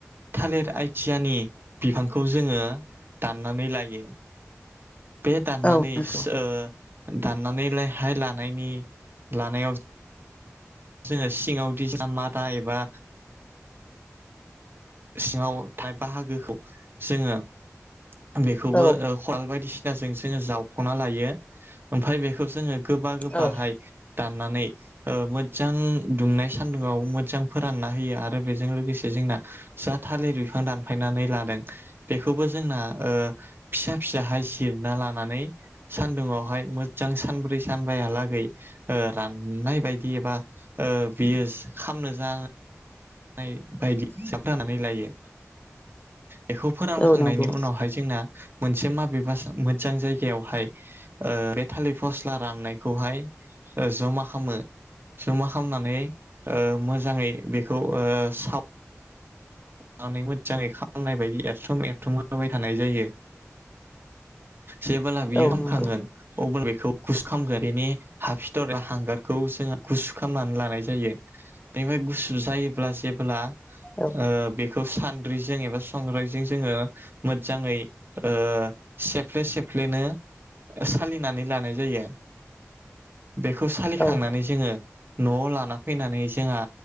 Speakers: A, on the right; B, on the left.
A: थालिर आइथियानि बिफांखौ जोङो दाननानै लायो। बे दाननानैसो
B: औ नंगौ
A: ओ दाननानैलाय हाय लानायनि लानायाव जोङो सिङाव दि <unintelligible> मादा एबा सिङाव थाइ बाहागोखौ जोङो बेखौबो
B: औ
A: <unintelligible> बायदिसिना गाजों जोङो जावख'ना लायो ओमफ्राय बेखौ जोङो गोबा
B: औ
A: गोबाहाय
B: औ
A: दाननानै मोजां ओ दुंनाय सान्दुंङआव मोजां फोरानना होयो आरो बेजों लोगोसे जोंना जा थालिर बिफां दानफायनानै लादों बेखौबो जोंना ओ फिसा फिसाहाय जिरना लानानै सानदुङावहाय मोजां सानब्रै सानबयालागै ओ राननाय बायदि एबा ओस बियो खामनो जा बाय बायदि <unintelligible> लायो बेखौ फोरानखांनायनि
B: औ नंगौ
A: उनावहाय जोंना मोनसे माबेबास मोजां जायगायावहाय ओ बे थालिर फस्ला राननायखौहाय जमा खामो जमा खामनानै ओ मोजाङै बे खौ ओ साव नानै मोजाङै खामनाय बायदि एरथुम एरथुम होबाय थानाय जायो जेबोला
B: औ
A: बियो खामखांगोन
B: नंगौ
A: अब्ला बेखौ गुसखामगोन बेनि हाफिथ'र <unintelligible> हांगारखौ जोङो गुसु खामनानै लानाय जायो बेनिफाय गुस <unintelligible> जायोब्ला जेबोला
B: औ
A: ओ बे खौ सान्द्रिजों एबा संग्रायजों जोङो मोजाङै ओ सेफ्ले सेफ्लेनो सालिनानै लानाय जायो बेखौ सालिखांनानै
B: औ
A: जोङो न'आव लाना फैनानै जोंहा